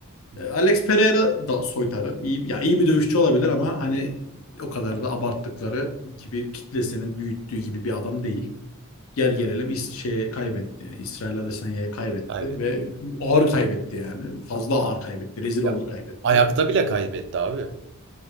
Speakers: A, on the right; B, on the left.
A: Hı hı.
B: Ee, Alex Pereira da soytarı. İyi, ya iyi bir dövüşçü olabilir ama hani o kadar da abarttıkları gibi kitlesinin büyüttüğü gibi bir adam değil. Gel gelelim İs şeye kaybetti. Yani İsrail Adesanya'ya kaybetti
A: Kaybetti.
B: ve ağır kaybetti yani. Fazla ağır kaybetti. Rezil oldu
A: Ya
B: kaybetti.
A: ayakta bile kaybetti abi.